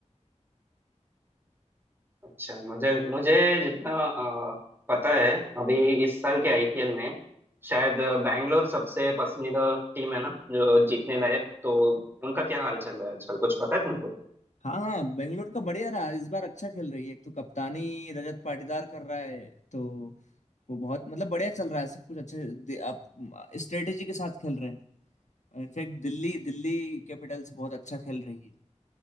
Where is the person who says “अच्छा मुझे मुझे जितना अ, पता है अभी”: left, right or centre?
Right